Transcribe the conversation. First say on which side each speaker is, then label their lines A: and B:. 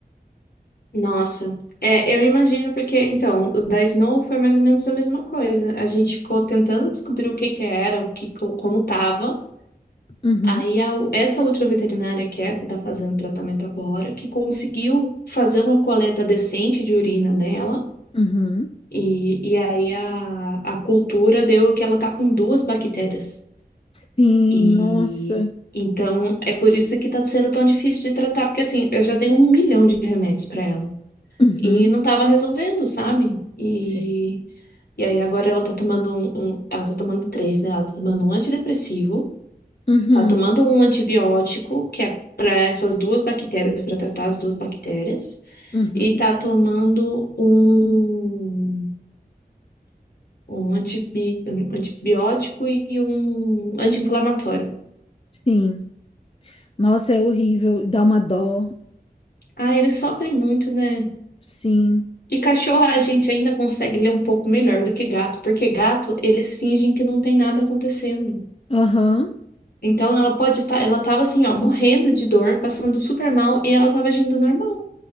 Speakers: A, on the left; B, on the left.
A: Nossa. É, eu imagino porque, então, o da Snow foi mais ou menos a mesma coisa. A gente ficou tentando descobrir o que que era, o que, co- como tava.
B: Uhum,
A: Aí a u- essa última veterinária que é, que tá fazendo tratamento agora, que conseguiu fazer uma coleta decente de urina nela.
B: uhum.
A: E, e aí a, a cultura deu que ela tá com duas bactérias.
B: Sim,
A: E
B: nossa.
A: então é por isso que tá sendo tão difícil de tratar, porque assim, eu já dei um milhão de remédios pra ela
B: Uhum.
A: e não tava resolvendo, sabe? E,
B: Sim.
A: e aí agora ela tá tomando um, um- ela tá tomando três, né? Ela tá tomando um antidepressivo,
B: Uhum,
A: tá tomando um antibiótico, que é pra essas duas bactérias, pra tratar as duas bactérias,
B: uhum,
A: e tá tomando um um antibi, um antibiótico e um anti-inflamatório.
B: sim. Nossa, é horrível, dá uma dó,
A: Ah, eles sofrem muito, né?
B: sim.
A: E cachorro a gente ainda consegue ler um pouco melhor do que gato, porque gato eles fingem que não tem nada acontecendo.
B: Aham,
A: Então ela pode estar, ela tava assim, ó, morrendo de dor, passando super mal e ela tava agindo normal.